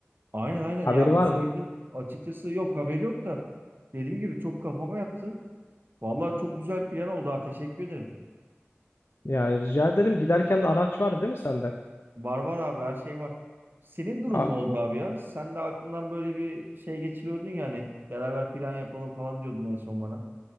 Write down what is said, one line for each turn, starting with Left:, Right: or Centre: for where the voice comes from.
Right: Aynen aynen
Left: Haberi
Right: ya
Left: var
Right: bu söyledim.
Left: mı?
Right: Açıkçası yok haberi yok da dediğim gibi çok kafama yattı. Vallahi çok güzel bir plan oldu ha teşekkür ederim.
Left: Ya rica ederim. Giderken de araç vardı değil mi sende?
Right: Var var abi her şey var. Senin durum
Left: Aa,
Right: ne oldu abi ya? Sen de aklından böyle bir şey geçiriyordun yani. Beraber plan yapalım falan diyordun en son bana.